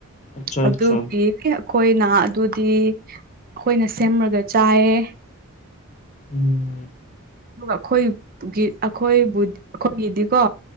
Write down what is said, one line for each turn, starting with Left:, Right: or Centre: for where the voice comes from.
Left: ꯑꯠꯆꯥ
Right: ꯑꯗꯨꯒꯤ
Left: ꯑꯠꯆꯥ
Right: ꯌꯦ ꯑꯩꯈꯣꯏꯅ ꯑꯗꯨꯗꯤ ꯑꯩꯈꯣꯏꯅ ꯁꯦꯝꯃꯒ ꯆꯥꯏꯌꯦ
Left: ꯎꯝ
Right: ꯑꯗꯨꯒ ꯑꯩꯈꯣꯏꯒꯤ ꯑꯩꯈꯣꯏꯕꯨꯗꯤ ꯑꯩꯈꯣꯏꯒꯤꯗꯤꯀꯣ